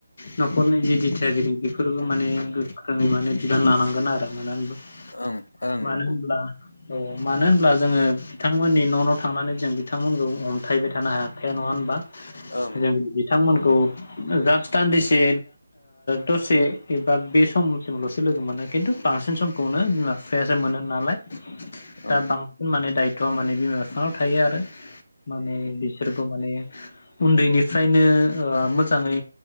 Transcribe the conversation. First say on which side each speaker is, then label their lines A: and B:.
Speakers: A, on the left; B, on the left.
A: न'खरनि जि दिथियागिरि बेफोरबो माने गोखोङै माने बिबान लानांगोन आरो मानो
B: ओं ओं नंगौ
A: होनब्ला औ मानो होनब्ला जोंङो बिथांमोननि न' न' थांनानै जों बिथांमोनखौ हमथायबाय थानो हायाखै। नंङा होनबा
B: औं
A: जों बिथांमोनखौ जास्ट दान्दिसे दसे एबा बे समसिमल'सो लोगो मोनो खिन्थु बांसिन समखौनो बिमा बिफायासो मोनो नालाय
B: ओं
A: दा
B: ओं
A: बांसिन माने दायथ'आ माने बिमा बिफांनाव थायो आरो माने बिसोरखौ माने। उन्दैनिफ्रायनो मोजाङै